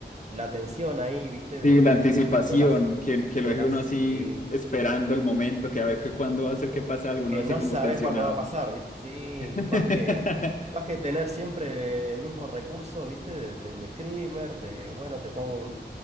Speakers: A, on the right; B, on the left.
A: la tensión ahí, ¿viste? De,
B: Sí, la anticipación,
A: de las, de las,
B: que, que
A: de
B: lo deje
A: las,
B: uno
A: sí,
B: así esperando el momento, que a ver que cuándo va a ser que pasa algo,
A: que
B: ¿no? Así
A: no
B: como
A: sabes
B: tensionado.
A: cuándo va a pasar, ¿viste? Sí,
B: <laughs>
A: más que, más que tener siempre el mismo recurso, ¿viste? De- del screamer, de, bueno, te pongo un,